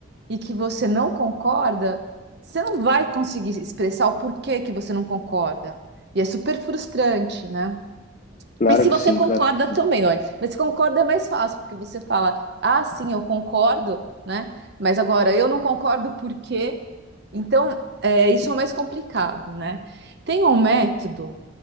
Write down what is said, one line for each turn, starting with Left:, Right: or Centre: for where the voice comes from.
Right: e que você não concorda, você não vai conseguir expressar o porquê que você não concorda. E é super frustrante, né?
Left: Claro
Right: E se
Left: que
Right: você
Left: sim,
Right: concorda
Left: claro que sim.
Right: também, não é? Mas se concorda é mais fácil, porque você fala, ah, sim, eu concordo, né? Mas agora eu não concordo por quê? Então, é, isso é mais complicado, né? Tem um método